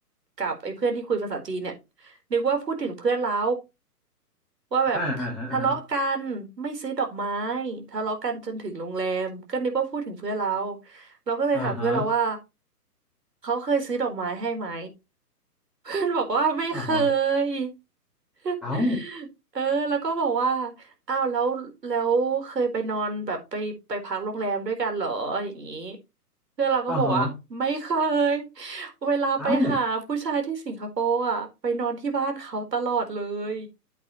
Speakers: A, on the right (about 85°); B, in the centre.
A: กับไอ้เพื่อนที่คุยภาษาจีนเนี่ยนึกว่าพูดถึงเพื่อนเราว่าแบบทะเลาะกันไม่ซื้อดอกไม้
B: อ่าอ่าฮะอ่าฮะ
A: ทะเลาะกันจนถึงโรงแรมก็นึกว่าพูดถึงเพื่อนเราเราก็เลยถามเพื่อนเราว่า
B: อ่าฮะ
A: เขาเคยซื้อดอกไม้ให้ไหม เพื่อนบอกว่าไม่เค
B: อ่าฮะ
A: ย <laughs>
B: เอ้า
A: เออแล้วก็บอกว่าอ้าวแล้วแล้วเคยไปนอนแบบไปไปพักโรงแรมด้วยกันเหรออย่างนี้เพื่อนเราก็บอกว่าไม่เคย
B: อ่าฮะ
A: <laughs> เวลาไปหาผู้ชายที่สิงคโปร์อ่ะไปนอนที่บ้านเขาตลอดเลย
B: เอ้า